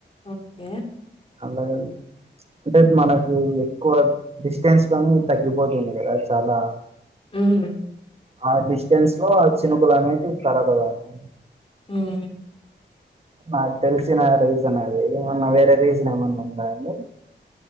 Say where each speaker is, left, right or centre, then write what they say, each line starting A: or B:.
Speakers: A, on the left (about 30°); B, on the right (about 35°).
A: ఓకే
B: అలాగని అంటే మనకి ఎక్కువ డిస్టెన్స్ కానీ తగ్గిపోతుంది కదా చాలా
A: మ్
B: ఆ డిస్టెన్స్ లో ఆ చినుకులు అనేటివి కరగదండి
A: మ్
B: నాకు తెలిసిన రీజన్ అది ఏమన్నా వేరే రీజన్ ఏమన్నా ఉందా అండి